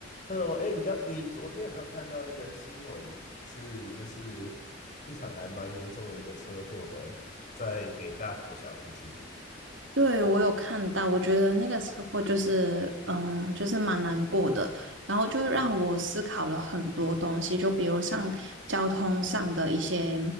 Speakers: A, on the left (about 40°); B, on the right (about 80°).
A: 哦，哎，你刚你昨天有没有看到那个新闻？是就是一场还蛮严重的一个车祸的，在北大国小附近。
B: 对，我有看到，我觉得那个车祸就是，嗯，就是蛮难过的，然后就让我思考了很多东西，就比如像交通上的一些